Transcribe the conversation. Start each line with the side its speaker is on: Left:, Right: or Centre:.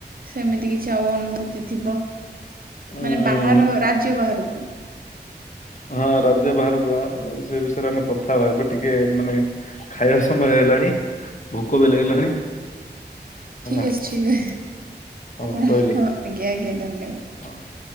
Right: ସେମିତି କିଛି ଆଉ ଅନୁଭୂତି ଥିବ
Left: ଉଁ
Right: ମାନେ ବାହାର ରାଜ୍ୟ ବାହାରକୁ।
Left: ହଁ ରାଜ୍ୟ ବାହାରକୁ ଆ ସେ ବିଷୟରେ ଆମେ କଥା ହେବା ଏବେ ଟିକେ ମାନେ ଖାଇବା ସମୟ ହେଇଗଲାଣି ଭୋକ ବି ଲାଗିଲାଣି। ହେଲା
Right: ଠିକ୍ ଅଛି ଠିକ୍ ଅ
Left: ହଉ
Right: ଆପଣ
Left: ରହିଲି।
Right: ହଁ ଆଜ୍ଞା ଆଜ୍ଞା ଧନ୍ୟବାଦ।
Left: ହଁ।